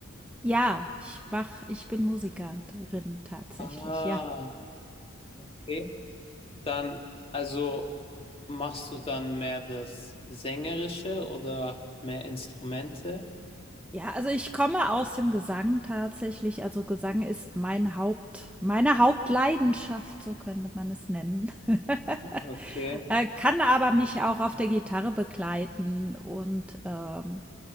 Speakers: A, in the centre; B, on the left.
A: Ja, ich mach, ich bin Musikerin tatsächlich,
B: Ah,
A: ja.
B: okay. Dann, also machst du dann mehr das Sängerische oder mehr Instrumente?
A: Ja, also ich komme aus dem Gesang tatsächlich. Also Gesang ist mein Haupt, meine Hauptleidenschaft, so könnte man es nennen. <laughs>
B: Okay.
A: Äh, kann aber mich auch auf der Gitarre begleiten und, ähm,